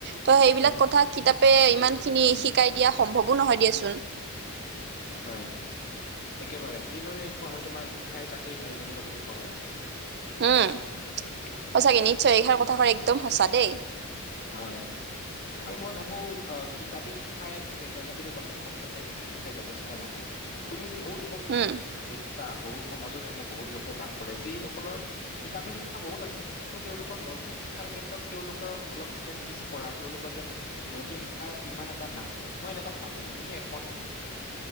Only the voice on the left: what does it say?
হয়,
হয় একেবাৰোৰে সেইবাবে কোৱা হয় তোমাৰ শিক্ষাই জাতিৰ মেৰুদণ্ড বুলি কোৱা হয় আচলতে
হয়
হয় আৰু মই ভাবো অ কিতাপি শিক্ষাই যেনে তুমি কলা কিতাপী লখাই শিক্ষাই যথেষ্ট নহয় তুমি বহু লোকক
দেখিবা বহু সমাজত এনে বহুত লোক বাস কৰে যিসকলৰ কিতাপী শিক্ষা বহুত আছে কিন্তু তেওঁলোকৰ নৈতিক শিক্ষাৰ ক্ষেত্ৰত তেওঁলোকে অলপ যেন পিছপৰা তেওঁলোকৰ যেন নৈতিক শিক্ষা শ ইমান এটা নাই মই এনেকুৱা ভাল বহু তুমি একমত নে